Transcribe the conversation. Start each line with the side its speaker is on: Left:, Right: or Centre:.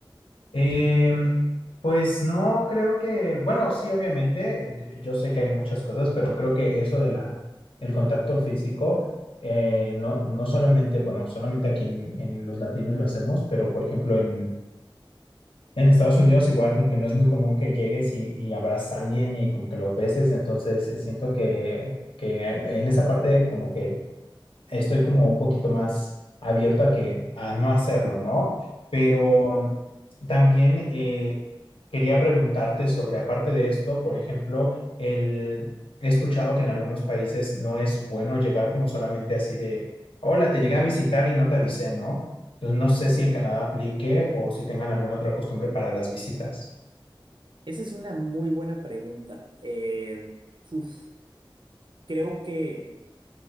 Left: Em, pues no, creo que, bueno, sí, obviamente, eh, yo sé que hay muchas cosas, pero creo que eso de la, el contacto físico, eh, no, no solamente, bueno, solamente aquí en, en los latinos lo hacemos, pero por ejemplo en, en Estados Unidos igual como que no es muy común que llegues y, y abrazas a alguien y como que lo beses, entonces eh, siento que, que en esa parte como que estoy como un poquito más abierto a que a no hacerlo, ¿no? Pero también eh, quería preguntarte sobre, aparte de esto, por ejemplo, el, he escuchado que en algunos países no es bueno llegar como solamente así de, hola, te llegué a visitar y no te avisé, ¿no? Entonces no sé si en Canadá aplique o si tengan alguna otra costumbre para las visitas.
Right: Esa es una muy buena pregunta. Eh, uf, creo que,